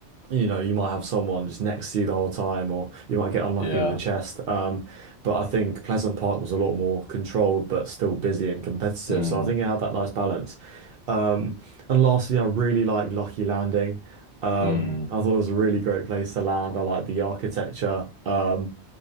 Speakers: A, on the right (about 60°); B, on the left (about 65°).
A: you know, you might have someone just next to you the whole time, or you might get unlucky
B: yeah.
A: with a chest. Um, but I think Pleasant Park was a lot more controlled, but still busy and competitive.
B: Mm,
A: So I think it had that nice balance. Um, and lastly, I really like Lucky Landing. Um,
B: mm,
A: I thought it was a really great place to land. I liked the architecture. Um,